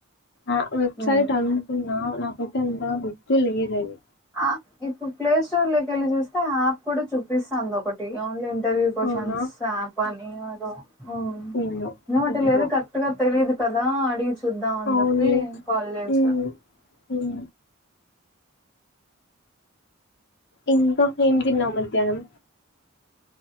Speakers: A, on the left (about 55°); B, in the centre.
A: ఆ వెబ్సైట్
B: హ్మ్
A: అనుకున్నా నాకైతే ఇంతవరకు గుర్తు లేదది
B: అ ఇప్పుడు ప్లే స్టోర్ లోకి వెళ్ళి చూస్తే యాప్ కూడా చూపిస్తంది ఒకటి ఓన్లీ డవి క్వశ్చన్స్
A: అవునా
B: ఆప్ అని అదో ఆ <unintelligible>
A: ఏమో
B: ఏదోటి
A: ఏమో
B: లేదు కరెక్ట్ గా తెలీదు కదా అడిగి చూద్దాం అని
A: అవునులే
B: చెప్పి కాల్ చేసా
A: ఉమ్ ఉమ్ ఇంకా ఏం తిన్నావు మధ్యాహ్నం